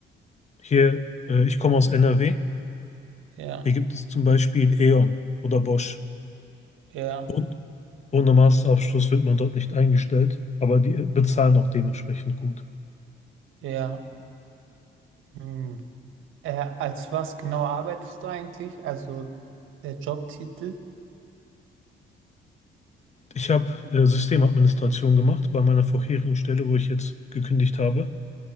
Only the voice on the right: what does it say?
Ja,
ja,
ja. Hm. Äh, als was genau arbeitest du eigentlich? Also der Jobtitel?